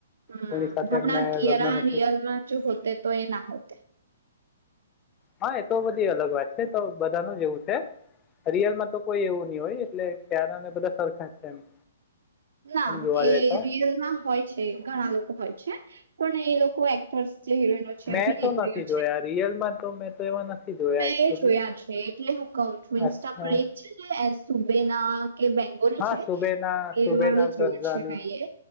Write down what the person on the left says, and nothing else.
કોની સાથે
એમણે
લગ્ન નથી
હા એ તો બધી અલગ વાત છે તો બધાનું જ એવું છે. રિયલમાં તો કોઈ એવું નહી હોય એટલે કિયારાને બધા સરખાં જ છે એમ.
એમ જોવા
જાય તો
મેં
તો નથી જોયા રિયલમાં તો મેં તો એવા નથી
જોયા
એકચુલી
અચ્છા
હા
સુબેના
સુબેના
કરઝાની